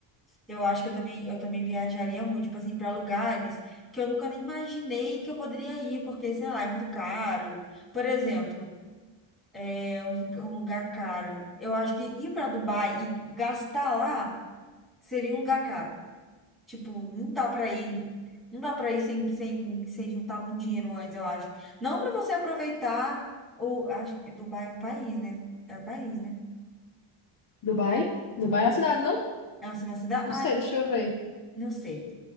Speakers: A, in the centre; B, on the left.
A: Eu acho que eu também, eu também viajaria muito, tipo assim, para lugares que eu nunca nem imaginei que eu poderia ir, porque, sei lá, é muito caro. Por exemplo, é um, lu- um lugar caro. Eu acho que ir para Dubai e gastar lá seria um lugar caro. Tipo, não dá para ir, não dá para ir sem, sem, sem juntar muito dinheiro antes, eu acho. Não para você aproveitar, ou acho que Dubai é um país, né? É um país, né?
B: Dubai? Dubai é uma cidade, não?
A: É uma cidade?
B: Não
A: Ah,
B: sei, deixa eu ver.
A: não sei.